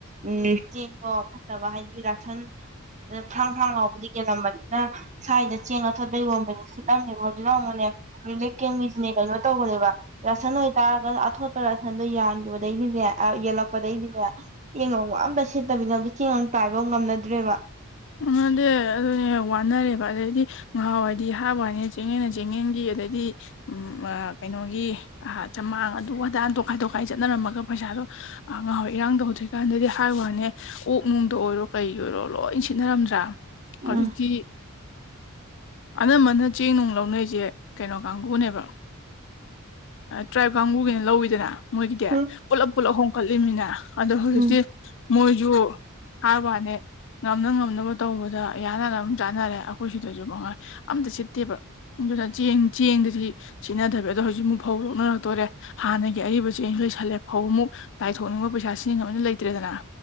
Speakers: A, on the right; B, on the left.
A: ꯎꯝ ꯆꯦꯡꯒꯣ ꯐꯠꯇꯕ ꯍꯥꯏꯗꯤ ꯔꯁꯟ ꯑꯗ ꯈ꯭ꯔꯥꯡ ꯈꯥꯡ ꯂꯥꯎꯕꯗꯤ ꯌꯦꯦꯜꯂꯝꯕꯅꯤꯅ ꯁ꯭ꯋꯥꯏꯗ ꯆꯦꯡ ꯑꯊꯣꯠꯄ ꯌꯣꯟꯕꯅꯦ ꯁꯤꯠꯂꯝꯃꯦꯕ ꯍꯧꯖꯤꯛ ꯂꯥꯎꯕꯅꯦ ꯀꯦꯝꯒꯤꯇꯅꯦ ꯀꯩꯅꯣ ꯇꯧꯈ꯭ꯔꯦꯕ ꯔꯁꯥ ꯅ ꯇꯥꯔꯒ ꯑꯊꯣꯠꯄ ꯔꯁꯟꯗꯣ ꯌꯥꯟꯈꯤꯕꯗꯩꯅꯤꯅꯦ ꯌꯦꯜꯂꯛꯄꯗꯒꯤꯅꯤꯅꯦ ꯌꯦꯡꯉꯨ ꯑꯝꯇꯠꯇ ꯅ ꯑꯗꯨ ꯆꯦꯡꯒ ꯇꯥꯏꯕ ꯉꯝꯅꯗ꯭ꯔꯦꯕ
B: ꯎꯗ ꯑꯗꯨꯅꯦ ꯋꯥꯅꯔꯦꯕ ꯑꯗꯨꯗꯩꯗꯤ ꯉꯍꯥꯎꯋꯥꯗꯤ ꯍꯥꯞꯕ ꯍꯥꯏꯅꯦ ꯆꯤꯡꯉꯦꯅ ꯆ ꯑꯗꯩ ꯎ ꯀꯩꯅꯣ ꯆꯥꯡ ꯑꯗꯨ ꯑꯗꯥ ꯈꯥꯏ ꯇꯣꯛꯈꯥꯏ ꯆꯠꯅꯔꯝꯃꯒ ꯄꯩꯁꯥꯗ ꯑ ꯉꯍ ꯏꯔꯥꯡꯗꯧꯗ꯭ꯔꯤꯀꯥꯟꯗꯗꯤ ꯊꯋꯥꯥꯏ ꯋꯥꯅꯦ ꯑꯣꯛ ꯅꯨꯡꯗ ꯑꯣꯏꯔꯣ ꯀꯩꯒꯤ ꯑꯣꯏꯔꯣ ꯂꯣꯏ ꯁꯤꯠꯅꯔꯝꯗ꯭ꯔꯥ ꯀꯂꯦꯗꯤ
A: ꯎꯝ
B: ꯑꯅꯝꯕꯅ ꯆꯦꯡ ꯅꯨꯡ ꯂꯧꯅꯩꯁꯦ ꯀꯩꯅꯣ ꯀꯥꯡꯕꯨꯅꯦꯕ ꯇ꯭ꯔꯥꯏꯕ ꯀꯥꯡꯕꯨꯒꯤꯅ ꯂꯧꯋꯤꯗꯅ ꯃꯣꯏꯒꯤꯗꯤ
A: ꯍꯝ
B: ꯄꯨꯂꯞ ꯄꯨꯜꯂꯞ ꯍꯣꯡ ꯀꯠꯂꯤꯅꯤꯅ ꯑꯗꯣ ꯍꯧꯖꯤꯛ
A: ꯎꯝ
B: ꯃꯣꯏꯁꯨ ꯍꯥꯥꯕꯅꯦ ꯉꯝꯅ ꯉꯝꯅꯕ ꯇꯧꯕꯗ ꯌꯥꯅꯔ ꯑꯗꯨꯝ ꯆꯥꯅꯔꯦ ꯑꯩꯈꯣꯏ ꯁꯤꯗꯁꯨ ꯃꯉꯥꯏ ꯑꯝꯇ ꯁꯤꯠꯇꯦꯕ ꯑꯗꯨꯗ ꯆꯦꯡ ꯆꯦꯡꯗꯗꯤ ꯁꯤꯖꯤꯟꯅꯗꯕ ꯑꯗꯣ ꯍꯧꯖꯤꯛ ꯑꯃꯨꯛ ꯐꯧ ꯂꯣꯛꯅꯔꯛꯇꯣꯔꯦ ꯍꯥꯟꯅꯒꯤ ꯑꯔꯤꯕ ꯆꯦꯡꯁꯤ ꯂꯣꯏꯁꯜꯂꯦ ꯐꯧ ꯑꯃꯨꯛ ꯇꯥꯏꯊꯣꯛꯅꯤꯡꯕ ꯄꯩꯁꯥ ꯁꯤꯅꯤꯡꯕꯗꯤ ꯂꯩꯇ꯭ꯔꯦꯗꯅ